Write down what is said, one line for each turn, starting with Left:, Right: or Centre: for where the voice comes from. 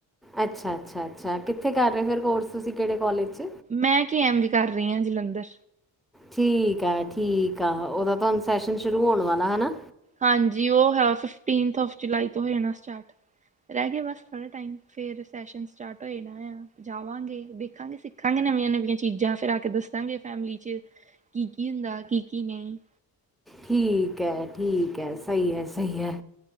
Centre: ਅੱਛਾ, ਅੱਛਾ, ਅੱਛਾ, ਕਿੱਥੇ ਕਰ ਰਏ ਫੇਰ ਕੋਰਸ ਤੁਸੀ ਕੇੜੇ ਕੋਲਜ ਚ?
Right: ਮੈਂ ਕੀ ਐਮ ਵੀ ਕਰ ਰਈ ਆ ਜਲੰਧਰ।
Centre: ਠੀਕ ਆ, ਠੀਕ ਆ, ਓਦਾ ਤਾ ਹੁਨ ਸੈਸ਼ਨ ਸ਼ੁਰੂ ਹੋਣ ਵਾਲਾ ਹਨਾਂ।
Right: ਹਾਂਜੀ ਓ ਹੈ ਫਿਫਟਿੰਥ ਆਫ ਜੁਲਾਈ ਤੋ ਹੋ ਜਾਣੈ ਸਟਾਟ। ਰੈਗੇ ਬਸ ਥੋੜਾ ਟਾਈਮ ਫੇਰ ਸੈਸ਼ਨ ਸਟਾਰਟ ਹੋਏਨਾ ਆ, ਜਾਵਾਂਗੇ, ਦੇਖਾਂਗੇ, ਸਿੱਖਾਂਗੇ ਨਵੀਆਂ ਨਵੀਆਂ ਚੀਜ਼ਾਂ ਫਿਰ ਆ ਕੇ ਦੱਸਾਂਗੇ ਫੈਮਲੀ ਚ ਕੀ ਕੀ ਹੁੰਦਾ, ਕੀ ਕੀ ਨਈ।
Centre: ਠੀਕ ਐ, ਠੀਕ ਐ, ਸਹੀ ਹੈ, ਸਹੀ ਹੈ।